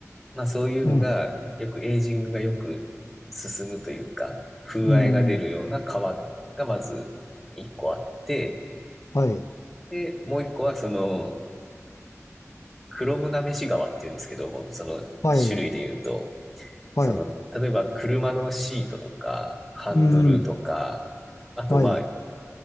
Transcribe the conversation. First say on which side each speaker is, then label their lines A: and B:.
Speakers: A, in the centre; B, on the left (about 65°).
A: まあそういうのが、
B: ね、
A: よくエイジングがよく進むというか、風合いが出るような皮
B: うん。
A: がまず一個あって、
B: はい。
A: で、もう一個はその、クロムなめし革っていうんですけども、その種類で言うと、
B: はい。はい。
A: その、例えば車のシートとか、ハンドルとか、
B: うん。
A: あとまあ、
B: はい。